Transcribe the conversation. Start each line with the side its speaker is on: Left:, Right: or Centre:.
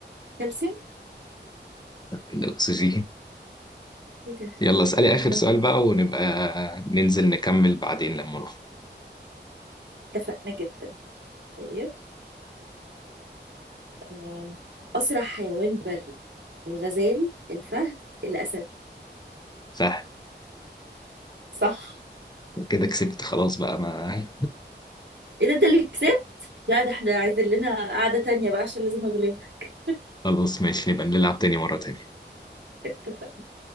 Right: كالسيوم
Left: الاكسجين
Right: ايه ده
Left: يلا اسألي آخر
Right: انا
Left: سؤال بقى ونبقى ننزل نكمل بعدين لما نخرج
Right: اتفقنا كده طيب آه، أسرع حيوان بري الغزال الفهد الأسد
Left: صح
Right: صح
Left: كده كسبت خلاص بقى ما
Right: إيه ده أنت اللي كسبت لا ده احنا عايزين لنا قعدة تانية بقى عشان لازم أغلبك
Left: خلاص ماشي نبقى نلعب تاني مرة تاني
Right: <laughs> اتفقنا